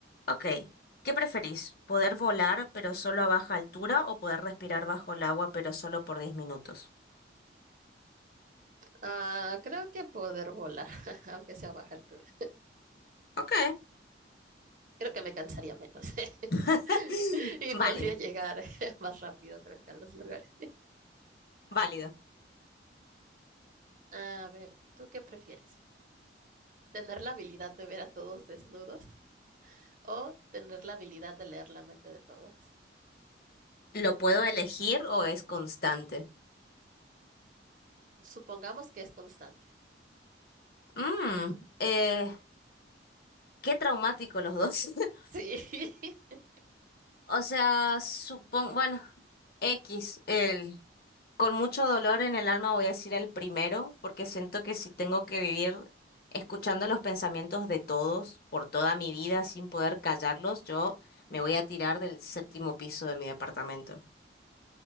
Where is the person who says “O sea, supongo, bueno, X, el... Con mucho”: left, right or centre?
Left